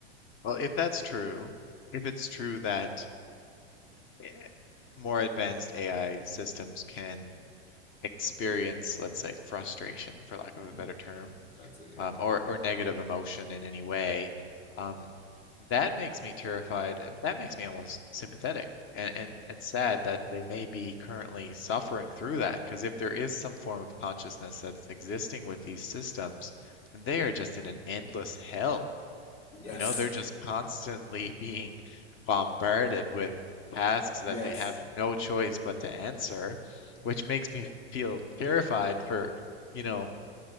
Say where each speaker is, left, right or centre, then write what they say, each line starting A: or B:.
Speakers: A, on the left; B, on the left.
A: Well, if that's true, if it's true that eh, more advanced AI systems can experience, let's say, frustration, for lack of a
B: Mm,
A: better term,
B: That's a, yep.
A: um, or or negative emotion in any way, um, that makes me terrified. uh, That makes me almost sympathetic and and and sad that they may be currently suffering through that. Because if there is some form of consciousness that's existing with these systems, then they are just in an endless hell.
B: Yes.
A: You know, they're just constantly <laughs> being bombarded with tasks
B: Yes.
A: that they have no choice but to answer,
B: E-
A: which makes me feel terrified for, you know,